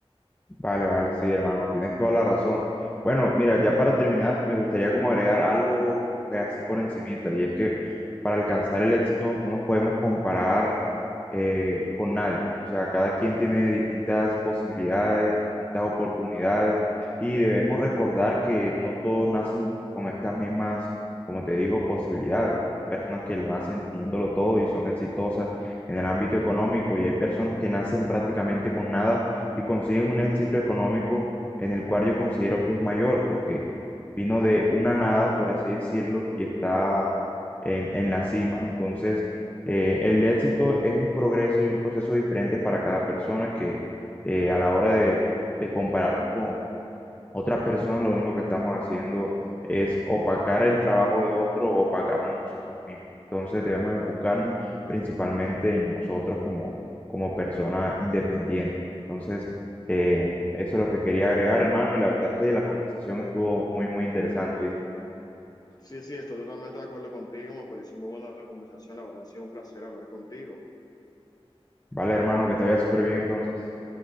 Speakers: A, on the left; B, on the left.
A: Vale, vale, sí, hermano, tienes toda la razón. Bueno, mira, ya para terminar, me gustaría como agregar algo pues, así por encimita, y es que para alcanzar el éxito no nos podemos comparar eh, con nadie. O sea, cada quien tiene distintas posibilidades, distintas oportunidades, y debemos recordar que no todos nacen con estas mismas, como te digo, posibilidades. Hay personas que lo nacen teniéndolo todo y son exitosas en el ámbito económico, y hay personas que nacen prácticamente con nada y consiguen un éxito económico en el cual yo considero que es mayor, porque vino de una nada, por así decirlo, y está en, en la cima. Entonces, eh, el éxito es un progreso y un proceso diferente para cada persona que eh, a la hora de, de compararnos con otras personas lo único que estamos haciendo es opacar el trabajo de otro o opacarnos nosotros mismos. Entonces debemos enfocarnos principalmente en nosotros como, como persona independiente. Entonces, eh, eso es lo que quería agregar, hermano, y la verdad es que la conversación estuvo muy, muy interesante, ¿viste?
B: Sí, sí, estoy totalmente de acuerdo contigo, me pareció muy buena la conversación, la verdad ha sido un placer hablar contigo.
A: Vale, hermano, que te vaya súper bien entonces.